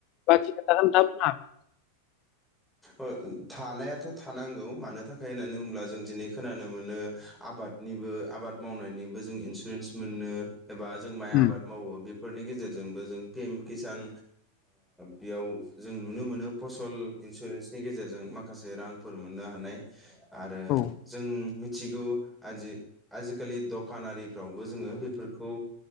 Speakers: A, on the left; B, in the centre.
A: बाखि खोथाखौ नोंथाङा बुंनो हागोन।
B: अ थानायाथ' थानांगौ मानो थाखाय होननानै बुंङोब्ला जों दिनै खोनानो मोनो आबादनिबो आबाद मावनायनिबो जों इन्सुरेन्स मोनो। एबा जों
A: हागोन
B: माइ आबाद मावो बे। बेफोरनि गेजेरजोंबो जों पि एम किसान बेयाव जों नुनो मोनो फसल। इन्सुरेन्सनि गेजेरजों माखासे रांफोर मोननो हानाय। आरो
A: औ
B: जों। मिथिगौ आजि आजिखालि दखानारिफ्रावबो जोङो बेफोरखौ।